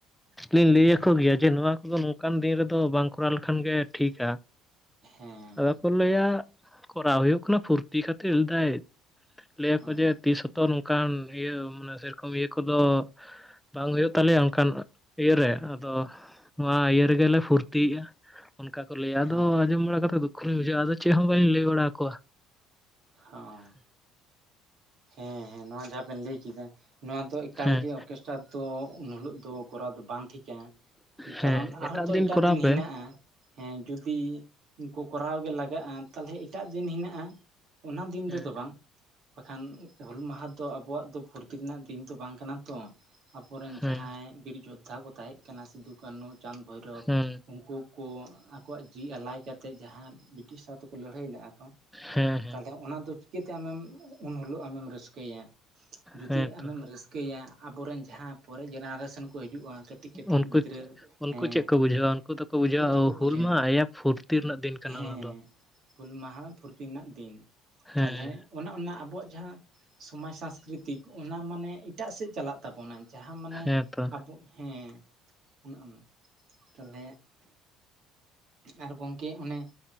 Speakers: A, in the centre; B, on the right.
A: ᱞᱤᱧ ᱞᱟᱹᱭ ᱟᱠᱚ ᱜᱮᱭᱟ ᱡᱮ ᱱᱚᱣᱟ ᱠᱚᱫᱚ ᱱᱚᱝᱠᱟᱱ ᱫᱤᱱ ᱨᱮᱫᱚ ᱵᱟᱝ ᱠᱚ, ᱠᱚᱨᱟᱣ ᱞᱮᱠᱷᱟᱱ ᱜᱮ ᱴᱷᱤᱠᱟ
B: ᱦᱮᱸ
A: ᱟᱫᱚ ᱠᱚ, ᱞᱟᱹᱭᱟ ᱠᱚᱨᱟᱣ ᱦᱩᱭᱩᱜ ᱠᱟᱱᱟ ᱯᱷᱩᱨᱛᱤ ᱠᱷᱟᱹᱛᱤᱨ ᱞᱮᱫᱟᱭ ᱞᱟᱹᱭᱟᱠᱚ
B: ᱦᱮᱸ
A: ᱡᱮ ᱛᱤᱥ ᱛᱚ ᱱᱚᱝᱠᱟᱱ ᱤᱭᱟᱹ ᱢᱟᱱᱮ ᱥᱮᱨᱚᱠᱚᱢ ᱤᱭᱟᱹ ᱠᱚᱫᱚ, ᱵᱟᱝ ᱦᱩᱭᱩᱜ ᱛᱟᱞᱮᱭᱟ ᱚᱱᱠᱟᱱ ᱤᱭᱟᱹᱨᱮ ᱟᱫᱚ ᱱᱚᱣᱟ ᱤᱭᱟᱹ ᱨᱮᱜᱮᱞᱮ ᱯᱷᱩᱨᱛᱤᱭᱮᱫᱼᱟ᱾ ᱚᱱᱠᱟ ᱠᱚ ᱞᱟᱹᱭᱟ ᱟᱫᱚ
B: ᱦᱮᱸ
A: ᱟᱸᱡᱚᱢ ᱵᱟᱲᱟ ᱠᱟᱛᱮ ᱫᱩᱠᱷᱚ ᱞᱤᱧ ᱵᱩᱡᱷᱟᱹᱣᱟ, ᱟᱫᱚ ᱪᱮᱜᱽ ᱦᱚᱸ ᱵᱟᱹᱞᱤᱧ ᱞᱟᱹᱭ ᱵᱟᱲᱟ ᱟᱠᱚᱣᱟ᱾
B: ᱦᱚᱸ, ᱦᱮᱸ ᱦᱮᱸ ᱱᱚᱣᱟ ᱡᱟᱦᱟᱸ ᱵᱮᱱ ᱞᱟᱹᱭ ᱠᱮᱫᱟ? ᱱᱚᱣᱟ ᱫᱚ ᱮᱠᱟᱞ
A: ᱦᱮᱸ
B: ᱜᱮ ᱚᱨᱠᱮᱥᱴᱟᱨ ᱫᱚ ᱩᱱ ᱦᱤᱞᱳᱜ ᱫᱚ ᱠᱚᱨᱟᱣ ᱫᱚ ᱵᱟᱝ ᱴᱷᱤᱠᱟ᱾ ᱠᱟᱨᱚᱱ
A: ᱦᱮᱸ
B: ᱟᱨᱦᱚᱸ ᱛᱚ ᱮᱴᱟᱜ
A: ᱠᱚᱨᱟᱣ
B: ᱫᱤᱱ
A: ᱯᱮ
B: ᱦᱮᱱᱟᱜᱼᱟ ᱦᱮᱸ ᱡᱩᱫᱤ ᱩᱱ ᱠᱚ ᱠᱚᱨᱟᱣ ᱜᱮ ᱞᱟᱜᱟᱜᱼᱟ ᱛᱟᱦᱚᱞᱮ ᱮᱴᱟᱜ ᱫᱤᱱ ᱦᱮᱱᱟᱜᱼᱟ᱾ ᱚᱱᱟ ᱫᱤᱱ
A: ᱦᱮᱸ
B: ᱨᱮᱫᱚ ᱵᱟᱝ᱾ ᱠᱷᱟᱱ ᱦᱩᱞ ᱢᱟᱦᱟ ᱫᱚ ᱟᱵᱚᱣᱟᱜ ᱫᱚ ᱯᱷᱩᱨᱛᱤ ᱨᱮᱱᱟᱜ ᱫᱤᱱ ᱫᱚ ᱵᱟᱝ ᱠᱟᱱᱟ ᱛᱚ ᱟᱵᱚᱨᱮᱱ
A: ᱦᱮᱸ
B: ᱡᱟᱦᱟᱸᱭ ᱵᱤᱨ ᱡᱳᱫᱽᱫᱷᱟ ᱠᱚ ᱛᱟᱦᱮᱸᱜ ᱠᱟᱱᱟ ᱥᱤᱫᱩ, ᱠᱟᱹᱱᱩ, ᱪᱟᱸᱫᱽ, ᱵᱷᱳᱭᱨᱳᱚᱵᱽ
A: ᱦᱮᱸ
B: ᱩᱱᱠᱩ ᱠᱩ ᱟᱠᱚᱣᱟᱜ ᱡᱤᱣᱤ ᱟᱞᱟᱭ ᱠᱟᱛᱮᱫ ᱡᱟᱦᱟᱸ ᱵᱤᱴᱤᱥ ᱥᱟᱶ ᱛᱮᱠᱚ ᱞᱟᱹᱲᱦᱟᱹᱭ ᱞᱮᱜᱟ ᱠᱚ
A: ᱦᱮᱸ ᱦᱮᱸ
B: ᱛᱟᱦᱚᱞᱮ ᱚᱱᱟᱫᱚ ᱪᱤᱠᱟᱹᱛᱮ ᱟᱢᱮᱢ ᱩᱱ ᱦᱤᱞᱳᱜ ᱟᱢᱮᱢ ᱨᱟᱹᱥᱠᱟᱹᱭᱟ? ᱡᱩᱫᱤ
A: ᱦᱮᱸ ᱛᱚ
B: ᱟᱢᱮᱢ ᱨᱟᱹᱥᱠᱟᱹᱭᱟ ᱟᱵᱚᱨᱮᱱ ᱡᱟᱦᱟᱸ ᱯᱚᱨᱮ ᱡᱮᱱᱟᱨᱮᱥᱚᱱ ᱠᱚ ᱦᱤᱡᱩᱜᱼᱟ ᱠᱟᱹᱴᱤᱡ ᱠᱟᱹᱴᱤᱡ
A: ᱩᱱᱠᱩ
B: ᱜᱤᱫᱽᱨᱟᱹ
A: ᱩᱱᱠᱩ
B: ᱦᱮᱸ
A: ᱪᱮᱜᱽ ᱠᱚ ᱵᱩᱡᱷᱟᱹᱣᱟ ᱩᱱᱠᱩ ᱫᱚᱠᱚ ᱵᱩᱡᱷᱟᱹᱣᱟ
B: ᱪᱮᱫ ᱠᱚ ᱵᱩᱡᱷᱟᱹᱣᱟ
A: ᱦᱩᱞᱢᱟ ᱮᱭᱟ ᱯᱷᱩᱨ ᱛᱤ ᱨᱮᱱᱟᱜ ᱫᱤᱱ ᱠᱟᱱᱟ
B: ᱦᱮᱸ
A: ᱚᱱᱟ ᱫᱚ
B: ᱦᱩᱞ ᱢᱟᱦᱟ ᱯᱷᱩᱨᱛᱤ ᱨᱮᱱᱟᱜ ᱫᱤᱱ
A: ᱦᱮᱸ
B: ᱛᱟᱞᱚᱞᱮ ᱚᱱᱟ ᱚᱱᱟ ᱟᱵᱚᱣᱟᱜ ᱡᱟᱦᱟᱸ ᱥᱚᱢᱟᱡ ᱥᱟᱝᱥᱠᱨᱤᱛᱤᱠ ᱚᱱᱟ ᱢᱟᱱᱮ ᱮᱴᱟᱜ ᱥᱮᱫ ᱪᱟᱞᱟᱜ ᱛᱟᱵᱚᱱᱟ ᱡᱟᱦᱟᱸ ᱢᱟᱱᱮ
A: ᱦᱮᱸ ᱛᱚ
B: ᱟᱵᱚ ᱦᱮᱸ ᱚᱱᱮ ᱚᱱᱟ ᱛᱟᱦᱚᱞᱮ ᱟᱨ ᱜᱚᱝᱠᱮ ᱚᱱᱮ